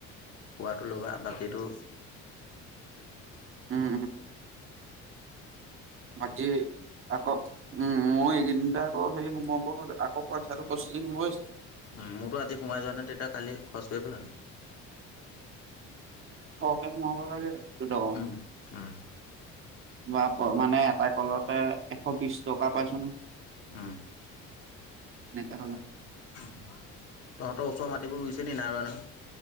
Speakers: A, on the left; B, on the right.
A: খোৱাতটো লগা বাক সেইটো
B: উম বাকি আকৌ উম মই এইকেইদিনতে আকৌ সেই সমবোৰ আকৌ পইচাটো প্ৰচেচিং
A: ত
B: হৈ আছে।
A: উ মোৰতো আজি সোমাই যোৱা নাই তেতিয়া কালি খৰচ কৰি পেলান
B: হোমাব লাগে দুটকা
A: উম উম
B: বা মানে এটা কলতে এশ বিশ টকা পাইছ ন
A: উম
B: <unintelligible>
A: তহঁতৰ ওচৰৰ মাটিবোৰ ৰুইছে নি নাই ৰোৱা নহয়